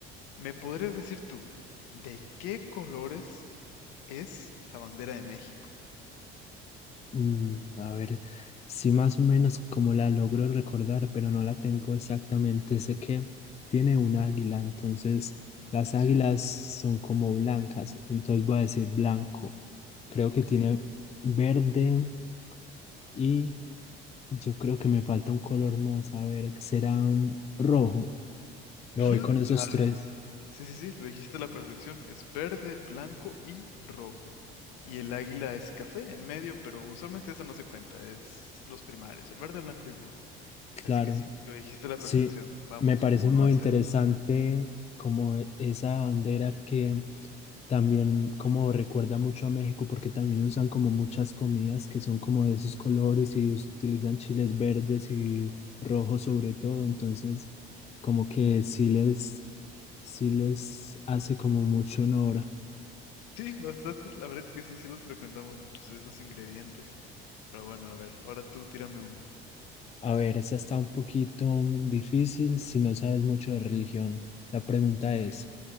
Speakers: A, on the left; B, on the left.
A: ¿Me podrías decir tú de qué colores? Es la bandera de México.
B: Mm, a ver, sí más o menos como la logro recordar, pero no la tengo exactamente. Sé que tiene un águila, entonces las
A: Sí,
B: águilas
A: sí,
B: son como blancas, entonces voy a decir blanco. Creo
A: ok.
B: que tiene verde y yo creo que me falta un color más. A ver, será mm, rojo. Me
A: <laughs>
B: voy con esos
A: La-
B: tres,
A: sí, sí, sí, lo dijiste a la perfección. Es verde, blanco y rojo. Y el águila es café en medio, pero usualmente eso no se cuenta, es los primarios, el verde, blanco y el rojo.
B: claro.
A: Así que sí, lo dijiste a la
B: Sí,
A: perfección. Vamos,
B: me parece
A: uno
B: muy
A: a cero
B: interesante como e- esa bandera que También como recuerda mucho a México porque también usan como muchas comidas que son como de esos colores y utilizan chiles verdes y rojos sobre todo. Entonces, como que sí les, sí les hace como mucho honor.
A: Sí, bastante. La verdad es que sí, sí los frecuentamos muchos de esos ingredientes. Pero bueno, a ver, ahora tú tírame una.
B: A ver, esa está un poquito difícil si no sabes mucho de religión. La pregunta
A: Ok.
B: es,